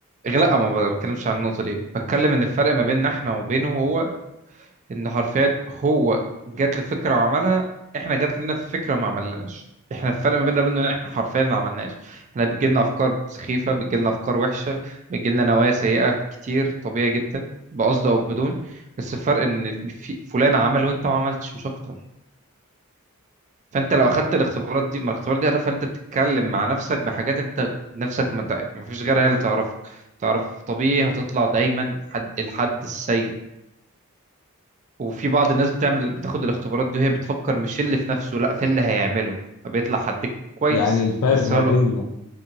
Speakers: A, on the right; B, on the left.
A: لا ما بتكلمش عن النقطه دي بتكلم ان الفرق ما بيننا احنا وبينه هو ان حرفيا هو جات له فكره وعملها احنا جات لنا فكره ما عملناش احنا الفرق ما بيننا وبينه ان احنا حرفيا ما عملناش احنا بتجيلنا افكار سخيفه بتجيلنا افكار وحشه بتجيلنا نوايا سيئه كتير طبيعي جدا بقصد او بدون بس الفرق ان في فلان عمل وانت ما عملتش مش اكتر فانت لو اخدت الاختبارات دي ما الاختبارات دي هدفها ان انت بتتكلم مع نفسك بحاجات انت نفسك ما, انت- ما فيش غيرها هي اللي تعرفك تعرف طبيعي هتطلع دايما حد الحد السيء وفي بعض الناس بتعمل بتاخد الاختبارات دي وهي بتفكر مش اللي في نفسه لا في اللي هيعمله فبيطلع حد كويس
B: يعني الفرق
A: بس
B: ما
A: هو
B: بيننا
A: لأ،